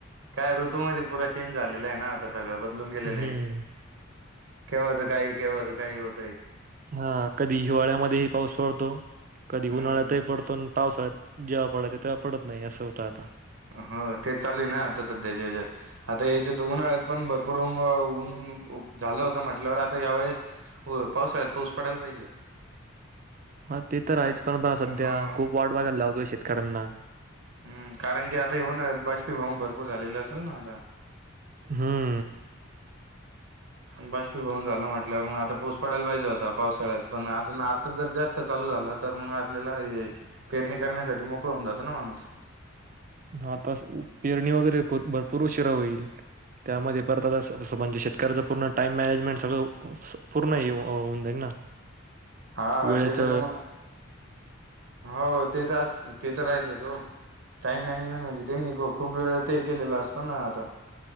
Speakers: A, on the right; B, on the right.
A: काय ऋतूमध्येध्ये पुरा चेंज झालेला आहे ना सगळं बदलून गेलेलं
B: हम्म.
A: आहे केव्हाच काही केव्हाच काही होतंय
B: हा कधी हिवाळ्यामध्येही पाऊस पडतो कधी
A: हम्म
B: उन्हाळ्यातही पडतो पावस जेव्हा पडायचा तेव्हा पडत नाही असं होतं आता
A: हो ते चालू आहे ना आता सध्या जच्यात आता याच्या दोन आळ्यात पण भरपूर ऊन ऊन झालं होत म्हटल्यावर आता यावेेळेस हो पावसाळ्यात पाऊस पडायला पाहिजे आता
B: हा ते तर आहेच
A: का
B: पण सध्या
A: हो
B: खूप वाट बघायला लावतोय शेतकऱ्यांना
A: हम् कारण की आता येऊन बाजपीऊन भरपूर झालेलं असेल ना आता
B: हम्म
A: बाष्पीभवून झाला म्हटल्यावर मग आता पाऊस पडायला पाहिजे होता पावसाळ्यात पण आता आता जर जास्त चाल झालात तर मग आपल्याला पेरणी करण्यासाठी मोकळ होऊन जातो ना माणूस
B: ह आता पेरणी वगैरे भरपूर उशिरा होईल त्यामध्ये परत म्हणजे शेतकऱ्याच पूर्ण टाइम मॅनेजमेंट सगळं पूर्ण होऊन जाईल ना <inaudible>
A: हा
B: वेळेच
A: त्याच्या तुम हो ते तर असत ते तर राहिलच हो टाइम मॅनेजमेंट म्हणजे त्यांनी खूप वेळा ते केलेला असतो ना आता